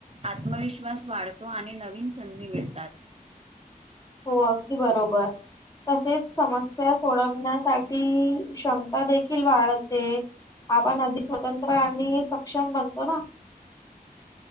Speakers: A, on the right; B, on the left.
A: आत्मविश्वास वाढतो. आणि नवीन संधी मिळतात.
B: हो अगदी बरोबर. तसेच समस्या सोडवण्यासाठी क्षमता देखील वाढत ते आपण अगदी स्वतंत्र आणि सक्षम बनतो ना?